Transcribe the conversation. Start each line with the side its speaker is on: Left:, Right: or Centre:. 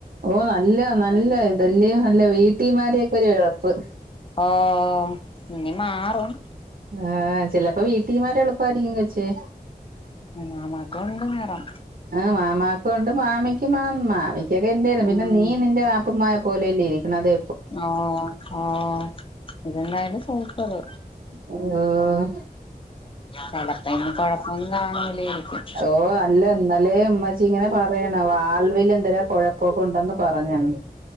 Right: ഓ നല്ല നല്ല ഇതെല്യോ നല്ല വീട്ടിമാരൊക്കെ ഒരു റപ്പ്-
Left: ഓഹ് ഇനി മാറും.
Right: ആഹ് ചെലപ്പോ വീട്ടീമാരെ എളുപ്പയിരിക്കും കൊച്ചേ
Left: അനാമാ കൊണ്ടു കേറാം.
Right: ആഹ് മാമാക്ക് കൊണ്ട് മാമിക്ക് മാ മാ മിക്കെദിരും പിന്നെ
Left: ഉം
Right: നീ നിന്റെ അ ഉപ്പമായ പോലെയല്ലേ ഇരിക്കണത്
Left: ഓഹ് ഓഹ് ഇത് ന്തായാലും സൂപ്പറ്.
Right: ഓഹ്
Left: ചെലപ്പ ഇന്ന് കൊഴപ്പം കാണുലായിരിക്കും.
Right: ഓഹ് അല്ല എന്നാലേ ഉമ്മാച്ചി ഇങ്ങനെ പറയണ് വാൾവിൽ എന്തേരാ കുഴപ്പൊക്കെ ഉണ്ടന്ന് പറഞ്ഞന്ന്.